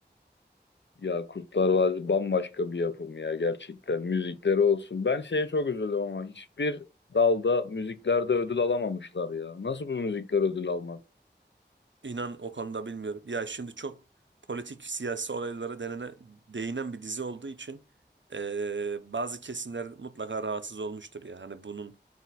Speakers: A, on the left; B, on the right.
A: Ya Kurtlar Vadisi bambaşka bir yapım ya gerçekten. Müzikleri olsun. Ben şeye çok üzüldüm ama hiçbir dalda müziklerde ödül alamamışlar ya. Nasıl bu müzikler ödül almaz?
B: İnan o konuda bilmiyorum. Ya şimdi çok politik siyasi olaylara denene, değinen bir dizi olduğu için eee, bazı kesimler mutlaka rahatsız olmuştur ya. Hani bunun